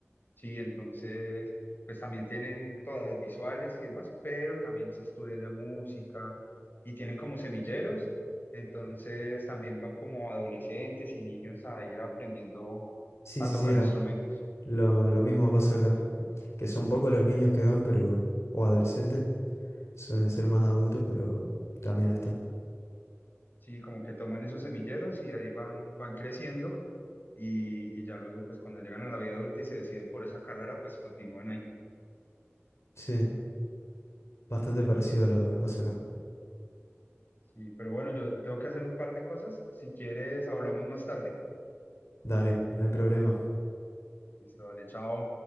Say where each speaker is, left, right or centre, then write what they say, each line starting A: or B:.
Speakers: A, on the left; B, on the left.
A: Sí, entonces, pues también tienen todas las visuales y demás, pero también se estudia ya música y tienen como semilleros, entonces también van como adolescentes y niños a ir aprendiendo
B: Sí,
A: a
B: sí,
A: tocar
B: sí. ah,
A: instrumentos.
B: Lo, lo mismo pasa acá. Que son pocos los niños que van, pero... O adolescentes. Suelen ser más adultos, pero también están.
A: Sí, como que toman esos semilleros y ahí van, van creciendo y, y ya luego, pues cuando llegan a la vida adulta y se deciden por esa carrera, pues continúan ahí.
B: Sí, bastante parecido a lo que pasa acá.
A: Sí, pero bueno, yo tengo que hacer un par de cosas. Si quieres, hablamos más tarde.
B: Dale, no hay problema.
A: Listo, dale, chao.